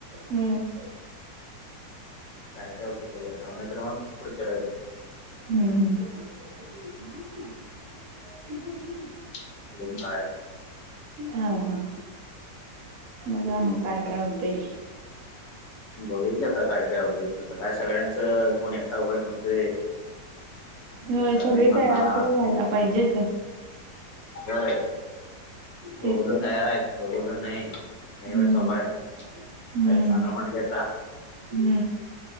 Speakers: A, on the right; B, on the left.
A: हम्म.
B: काय काय होतं बघुया आता. नाहीतर मग पुढच्या रविवारी.
A: हम्.. हम्म.
B: <unintelligible>
A: हा.. हा. बघा मग काय काय होतंय.
B: बघुया की आता काय काय होतंय, आता काय सगळ्यांचं कोण एकटा होय म्हणतोय.
A: होय,
B: एकटा
A: सगळे
B: नाही म्हणणार
A: तयार तर व्हायला पाहिजेेत.
B: होय. दोघंजण
A: तेच तर
B: तयार आहेत, दोघंजण नाही. नाही
A: हम्म,
B: व्हय चालु हाय.
A: हम्म,
B: काय ते सांगा म्हटले आता.
A: हम्म,